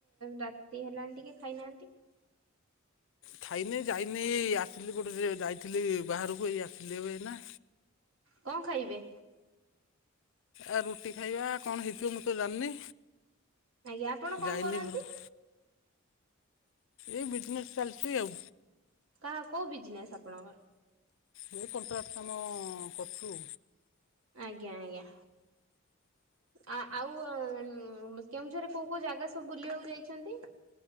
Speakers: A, on the right; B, on the left.
A: ରାତି ହେଲାଣି ଟିକେ ଖାଇନାହାନ୍ତି?
B: ଖାଇନି ଯାଇନି ଏଇ ଆସିଲି ଗୋଟେ ଯାଇଥିଲି ବାହାରକୁ ଏଇ ଆସିଲି ଏବେ ଏଇନା।
A: କଣ ଖାଇବେ?
B: ଆ ରୁଟି ଖାଇବା କଣ ହେଇଥିବ ମୁଁ ତ ଜାଣିନି।
A: ଆଜ୍ଞା ଆପଣ କଣ
B: ଯାଇନି
A: କରନ୍ତି?
B: ଘରକୁ। ଏଇ ବିଜ୍ ନେସ୍ ଚାଲିଛି ଆଉ।
A: କାହା କୋଉ ବିଜ୍ ନେସ୍ ଆପଣଙ୍କର?
B: ମୁଁ କଣ୍ଟ୍ରାକ୍ଟ କାମ କରୁଛୁ।
A: ଆଜ୍ଞା ଆଜ୍ଞା। ଆ ଆଉ କେଉଁଝରରେ କୋଉ କୋଉ ଜାଗା ସବୁ ବୁଲିବାକୁ ଯାଇଛନ୍ତି?